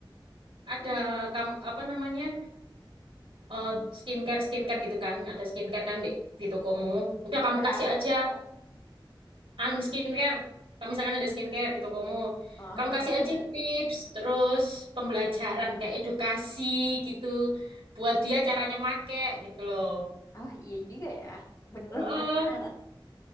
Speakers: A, on the right (about 85°); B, on the left (about 40°).
A: ada kam- apa namanya? eh, skincare skincare gitu kan ada skincare kan di, di tokomu udah kamu
B: Beras.
A: kasih aja an skincare kamu misalkan ada skincare di tokomu
B: Oh, oh,
A: kamu kasih
B: oh.
A: aja tips terus pembelajaran kayak edukasi gitu buat dia caranya make gitu loh
B: Oh, iya juga ya. Bener
A: Heeh.
B: bener bener.